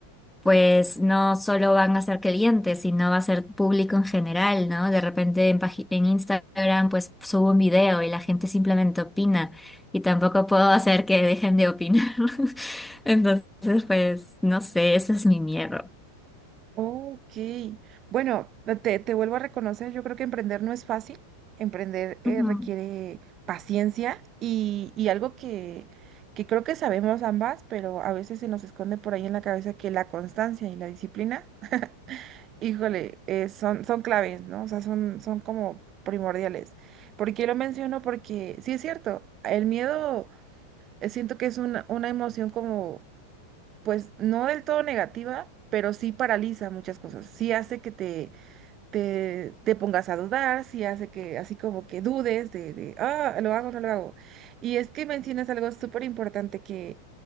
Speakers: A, in the centre; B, on the right (about 30°).
A: pues no solo van a ser clientes, sino va a ser público en general, ¿no? De repente en, pagi- en Instagram pues subo un video y la gente simplemente opina y tampoco puedo hacer que dejen de opinar. <laughs> Entonces, pues no sé, ese es mi miedo.
B: Ok, bueno, te, te vuelvo a reconocer, yo creo que emprender no es fácil, emprender eh,
A: Ujú,
B: requiere paciencia y, y algo que, que creo que sabemos ambas, pero a veces se nos esconde por ahí en la cabeza que la constancia y la disciplina, <laughs> híjole, eh, son, son claves, ¿no? O sea, son, son como primordiales. ¿Por qué lo menciono? Porque sí es cierto, el miedo eh, siento que es una, una emoción como, pues no del todo negativa, pero sí paraliza muchas cosas, sí hace que te te, te pongas a dudar, si hace que así como que dudes de, de, ah, lo hago no lo hago. Y es que mencionas algo súper importante que,